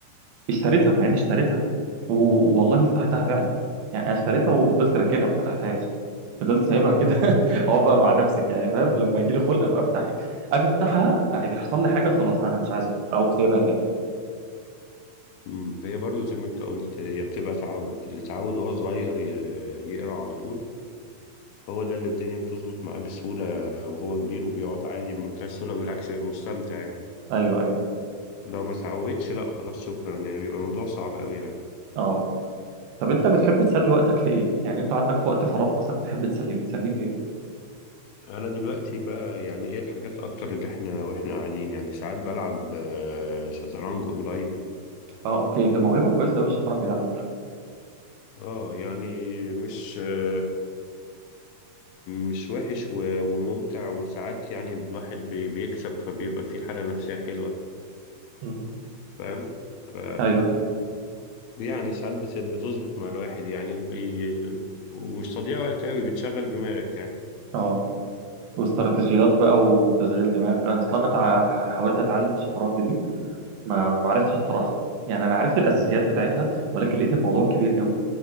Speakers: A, on the right; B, on the left.
A: اشتريتها مع اني اشتريتها و- والله ما فتحتها فعلا يعني انا اشتريتها وفضلت راكنها ما فتحتهاش فضلت سايبها كده <laughs> هو بقى مع نفسك يعني فاهم لما يجي لي خلق ابقى افتحك اجي افتحها هيحصل لي حاجه خلاص انا مش عايز افتح، اقوم سايبها تاني
B: مم. هي برضو زي ما أنت قلت هي بتبقى تعود اللي اتعود وهو صغير ي- يقرأ على طول هو ده اللي الدنيا بتظبط معاه بسهولة وهو كبير وبيقعد عادي بمنتهى السهولة بالعكس بيبقى مستمتع يعني
A: ايوه ايوه
B: لو ما سعوتش لا خلاص شكرا يعني بيبقى الموضوع صعب قوي يعني
A: اه طب انت بتحب تسلي وقتك في ايه؟ يعني انت عندك في وقت فراغ مثلا بتحب تسليه بتسليه في ايه؟
B: انا دلوقتي بقى يعني ايه الحاجات الاكتر اللي احنا واحنا قاعدين يعني ساعات بلعب آه، شطرنج اونلاين
A: اه اوكي ده موهبه كويسه قوي الشطرنج ده على فكره
B: اه يعني مش آه، مش وحش و- وممتع وساعات يعني الواحد بي- بيكسب فبيبقى في حالة نفسية حلوة
A: مم.
B: فاهم ف
A: ايوه ايوه
B: يعني ساعات بت- بتظبط مع الواحد يعني وبي... ومش تضييع وقت قوي بتشغل دماغك يعني
A: اه واستراتيجيات بقى وتشغيل دماغ انا اصلا انا تع- حاولت اتعلم الشطرنج دي ما ما عرفتش الصراحه يعني انا عرفت الاساسيات بتاعتها ولكن لقيت الموضوع كبير قوي